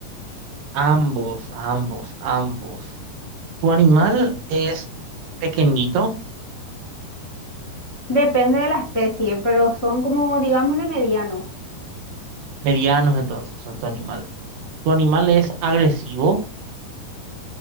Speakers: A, on the right; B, on the left.
A: Ambos, ambos, ambos. ¿Tu animal es pequeñito?
B: Depende de la especie, pero son como, digámosle, medianos.
A: Medianos entonces son tu animal. ¿Tu animal es agresivo?